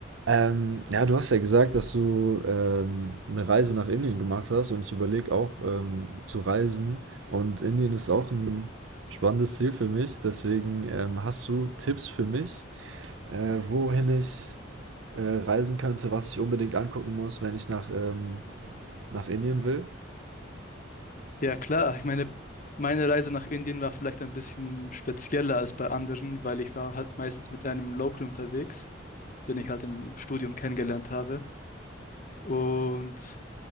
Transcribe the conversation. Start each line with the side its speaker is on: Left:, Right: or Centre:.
Right: Ähm, ja, du hast ja gesagt, dass du ähm, eine Reise nach Indien gemacht hast und ich überlege auch ähm, zu reisen. Und Indien ist auch ein spannendes Ziel für mich. Deswegen ähm, hast du Tipps für mich, äh, wohin ich äh, reisen könnte, was ich unbedingt angucken muss, wenn ich nach, ähm, nach Indien will?
Left: Ja, klar. Ich meine, meine Reise nach Indien war vielleicht ein bisschen spezieller als bei anderen, weil ich war halt meistens mit einem Local unterwegs, den ich halt im Studium kennengelernt habe. Und